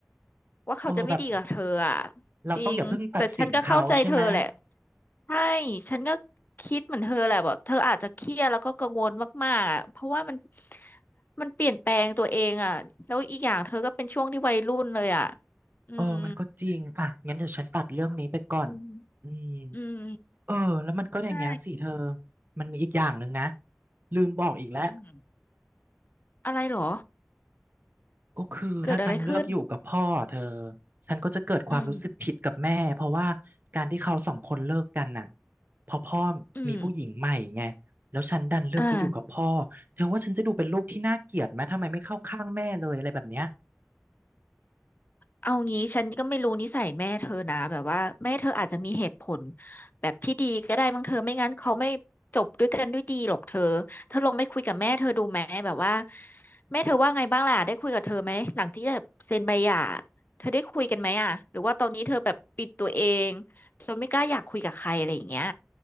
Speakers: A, on the left (about 40°); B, on the right (about 45°).
A: ว่าเขาจะไม่ดีกับเธออ่ะ
B: โอ้แบบเราต้องอย่าเพิ่งตัดสินเขาใช่ไหม
A: จริงแต่ฉันก็เข้าใจเธอแหละใช่ฉันก็คิดเหมือนเธอแหละแบบเธออาจจะเครียดแล้วก็กังวลมากๆอะเพราะว่ามันมันเปลี่ยนแปลงตัวเองอ่ะแล้วอีกอย่างเธอก็เป็นช่วงที่วัยรุ่นเลยอ่ะอืม
B: เออมันก็จริงอ่ะงั้นเดี๋ยวฉันตัดเรื่องนี้ไปก่อน
A: อืม
B: อืม
A: อืม
B: เออแล้วมันก็อย่างเงี้ยสิเธอ
A: ใช่
B: มันมีอีกอย่างหนึ่งนะลืมบอกอีกแล้ว
A: อืมอะไรเหรอ
B: ก็คือถ้าฉันเลือกอยู่กับพ่อเธอ
A: เกิดอะไรขึ้น
B: ฉันก็จะเกิดความรู้สึกผิดกับแม่เพราะว่าการที่เขาสองคนเลิกกันน่ะ
A: อืม
B: พอพ่อมีผู้หญิงใหม่ไง
A: อืม
B: แล้วฉันดันเลือกไปอยู่กับพ่อเธอว่าฉันจะดูเป็นลูกที่น่าเกลียดไหมทำไมไม่เข้าข้างแม่เลยอะไรแบบเนี้ย
A: อ่าเอางี้ฉันก็ไม่รู้นิสัยแม่เธอนะแบบว่าแม่เธออาจจะมีเหตุผลแบบที่ดีก็ได้บางเธอไม่งั้นเขาไม่จบด้วยกันด้วยดีหรอกเธอเธอลองไปคุยกับแม่เธอดูไหมแบบว่าแม่เธอว่าไงบ้างล่ะได้คุยกับเธอไหมหลังที่จะเซ็นใบหย่าเธอได้คุยกันไหมอ่ะหรือว่าตอนนี้เธอแบบปิดตัวเองจนไม่กล้าอยากคุยกับใครอะไรอย่างเงี้ย